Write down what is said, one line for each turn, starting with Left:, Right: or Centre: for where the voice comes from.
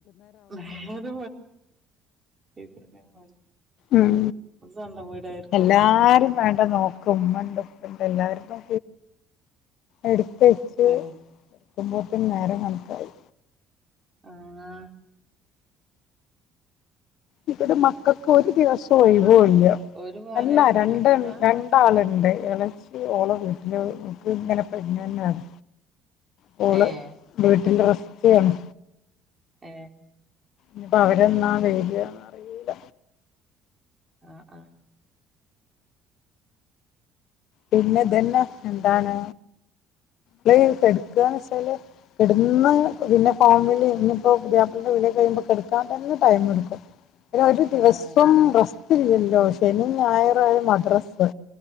Right: ന്നത് ഇതെന്നെ പണി
Left: ഉം
Right: സ്വന്തം വീടായിരിക്കുലേ
Left: എല്ലാരും വേ എടെ നോക്കും ഉമ്മ ഉണ്ട് ഉപ്പ ഇണ്ട് എല്ലാരേം നോ എടുത്തെച്ച്
Right: ഏഹ്
Left: കെടുക്കുമ്പോഴത്തേും നേരെ കണക്കായി
Right: ആഹ
Left: ഇവിടെ മക്കൾക്ക് ഒരു ദിവസം ഒഴിവല്ല
Right: ഒരു മോന്
Left: അല്ല രണ്ട്
Right: ഒരു മോനാ
Left: രണ്ടാളുണ്ട് ഇളച്ചി ഓള വീട്ടില്ക്ക് ഇങ്ങനെ പ്രഗ്നന്റാണ് പോഓള്
Right: ഏഹ്
Left: വീട്ടില റസറ്റയാണ്
Right: ഏ
Left: ഇനിപ്പോ അവര എന്നാ വരിയാന്ന അറിയില്ല
Right: ആഹ് ആഹ
Left: പിന്നെ ഇതന്നെ എന്താണ് നമ്മള കെടുക്കുകന്ന് വെച്ചാല് കടന്ന് പിന്നെ ഫോൺ വിളി ഇന്നയിപ്പോ പുത്യാപളെന്റെ വിളി കഴിയുമ്പോ തന്നെ കെടക്കാൻ തന്നെ ടൈം എടുക്കും അതിന്ഒരു ദിവസം
Right: ആഹ്
Left: റസ്റ്റ്ല്ലല്ലോ ശനി ഞായറ ആ മദ്രാസ്